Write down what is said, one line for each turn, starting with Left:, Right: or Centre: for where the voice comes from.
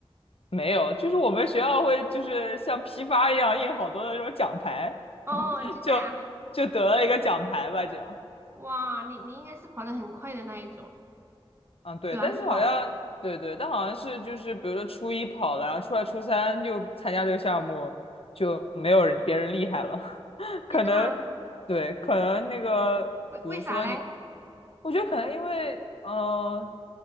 Left: 没有，就是我们学校会就是像批发一样印好多的那种奖牌，
Right: 哦，
Left: <laughs>
Right: 真的啊？
Left: 就就得了一个奖牌吧，这样。
Right: 哇，你你应该是跑得很快的那一种，
Left: 嗯，对，
Right: 短跑，
Left: 但是好像对对，但好像是就是比如说初一跑了，然后初二、初三又参加这个项目，就没有人别人厉害了。可能
Right: 真的吗？
Left: 对，可能那个，
Right: 为为啥嘞？
Left: 比如说你，我觉得可能因为，嗯、呃，